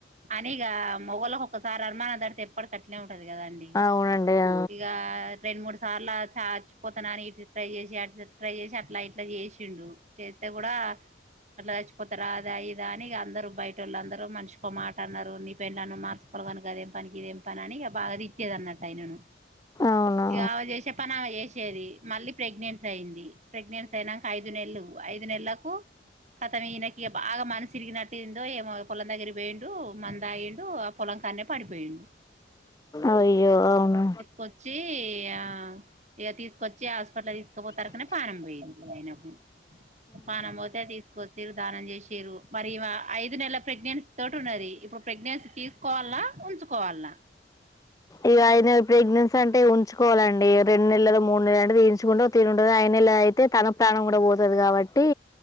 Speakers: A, on the right (about 35°); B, on the left (about 20°).
A: అనిక మొగళకి ఒకసారి అనుమాన డితే ఎప్పటికట్టలే ఉంటది కదా అండి
B: అవునండి ఆ
A: ఇక రెండు మూడు సార్లు చచ్చిపోతాను అని ఇ ట్రై చేసి ట్రై చేసి అట్లా ఇట్లా చేసి ఉండు చేస్త కూడా అట్లా చచ్చిపోతారుాదా ఇదాని అందరుూ బయట వాళ్ళు అందరుూ మనిష మాట అన్నారు నీ పెళను మార్చకోలను అదేం పనికి ఇదేం పని అని బాగా తిట్టేది అన్నట్టు ఆయనను
B: అవునా
A: ఇక ఆమె చేసే పని ఆమె చేసేది మళ్ళీ ప్రెగ్నెన్సీ అయింది ప్రెగ్నెన్ీ అయినాక ఐదు నెలలు ఐదు నెలల అత ఈయనకి బాగా మనిసుిరిగినట్టుందో ఏమో పొలం దగ్రి పోేండు మందాయిండు ఆ పొలంకన్న పడిపోయిండు
B: అయ్యో అవునా
A: కొచ్చి ఆ ఇగ తీసుకొచ్చి హాస్పిటల్ తీసుకపోతారు కనే పానం పోయింది అయినకు పానం పోతే తీసుకొచ్చరు దానం చేసిరు మరి ఐదు నెలల ప్రెగ్నెంసీ తోటి ఉన్నది ఇప్పుడు ప్రెగ్నెన్సీ తీసుకోవాలా నా ఉంచుకోవాలనా
B: ఇగ ఐదు నెలల ప్రెగ్నెన్సీ అంటే ఉంచుకోవాలండి రెండు నెలదో మూడు నెల తీయించుకుంటే ఒక తీరు ఉంటాది ఐదు నెల ఇలా అయితే తన ప్రాణం కూడా పోతది కాబట్టి